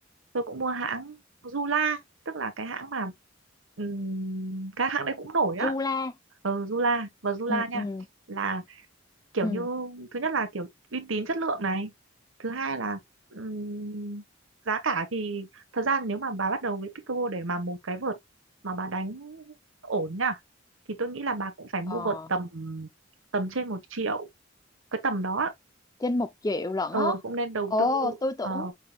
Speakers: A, on the right; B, on the left.
A: tôi cũng mua hãng Zula tức là cái hãng mà ừm, các hãng đấy cũng nổi á
B: Zula
A: ừ Zula và Zula
B: ừ
A: nha
B: ừ
A: là kiểu
B: ừ
A: như thứ nhất là kiểu uy tín chất lượng này thứ hai là ừm, giá cả thì thật ra nếu mà bà bắt đầu với pickleball để mà một cái vợt mà bà đánh ổn nha thì tôi nghĩ là bà cũng phải mua
B: ờ
A: vợt tầm tầm trên một triệu cái tầm đó
B: trên một triệu lận
A: ờ
B: á
A: cũng nên đầu
B: ồ
A: tư
B: tôi
A: ờ,
B: tưởng